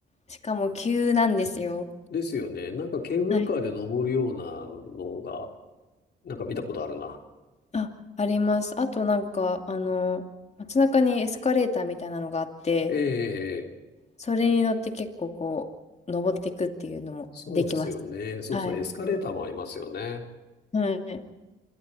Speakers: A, on the left (about 35°); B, on the left (about 55°).
A: しかも急なんですよ。
B: ですよね。なんかケーブルカーで登るようなのが、
A: はい。
B: なんか見たことあるな。
A: あ、あります。あとなんか、あの、街中にエスカレーターみたいなのがあって、
B: ええ、
A: それに乗って結構こう、登っていくっていうのもできました。
B: そうですよね。そうそう、
A: はい。
B: エスカレーターもありますよね。
A: はい。